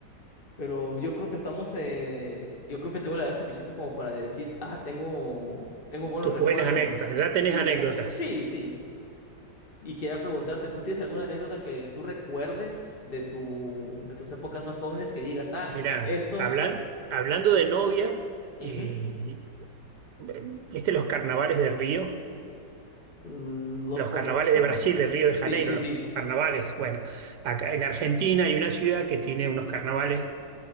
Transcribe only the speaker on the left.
Pero yo creo que estamos, eh, yo creo que tengo la edad suficiente como para decir, ah, tengo, tengo buenos
recuerdos.
Sí,
buenas, ane- sí, sí. Y quería preguntarte, ¿tú tienes alguna anécdota que tú recuerdes de tu, de tus épocas más jóvenes que digas, ah,
esto,
ujú,
los
conozco?
Sí, sí,
sí.